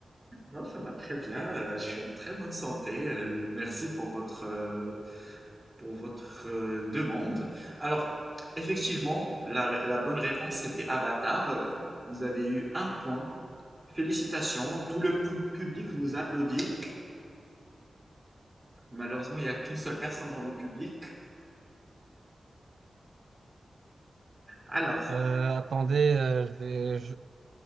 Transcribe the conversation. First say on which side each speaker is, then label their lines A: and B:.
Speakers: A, on the right (about 20°); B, on the right (about 80°).
A: Non, ça va très bien. euh, je suis en très bonne santé. euh, merci pour votre, euh, pour votre euh, demande. Alors, effectivement, la, la bonne réponse c'était Avatar. Euh, Vous avez eu un point. Félicitations, tout le pu- public vous applaudit. Malheureusement, il n'y a qu'une seule personne dans le public. Alors,
B: Euh, attendez, euh, je vais- je-